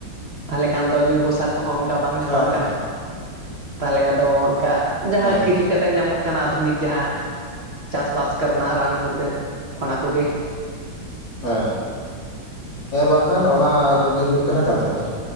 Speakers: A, on the right; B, on the left.
A: ᱛᱟᱦᱚᱞ ᱠᱷᱟᱱ ᱫᱚ ᱡᱳᱭᱵᱚᱥᱟᱨ ᱦᱚᱸᱚᱱᱠᱟ ᱵᱟᱝ ᱧᱟᱯᱟᱢ
B: ᱦᱮᱸ
A: ᱠᱟᱱᱟ
B: ᱦᱮᱸ
A: ᱛᱟᱦᱚᱞᱮ ᱟᱫᱚ ᱚᱱᱠᱟ ᱡᱟᱦᱟᱸ
B: ᱦᱮᱸ
A: ᱠᱤᱨᱤᱧ ᱠᱟᱛᱮ ᱛ ᱧᱟᱢᱚᱜ ᱠᱟᱱᱟ ᱟᱫᱷᱩᱱᱤᱠ ᱡᱟᱦᱟᱸ ᱪᱟᱥᱵᱟᱥ ᱠᱚᱨᱮᱱᱟᱜ ᱨᱟᱱ ᱢᱩᱨᱜᱟᱹᱱ ᱚᱱᱟ ᱠᱚᱜᱮ ᱾
B: ᱦᱮᱸ ᱦᱮᱸ ᱵᱟᱠᱷᱟᱱ ᱚᱱᱟ ᱠᱚᱜᱮ ᱦᱩᱭᱩᱜ ᱠᱟᱱᱟ ᱠᱟᱛᱷᱟ ᱫᱚ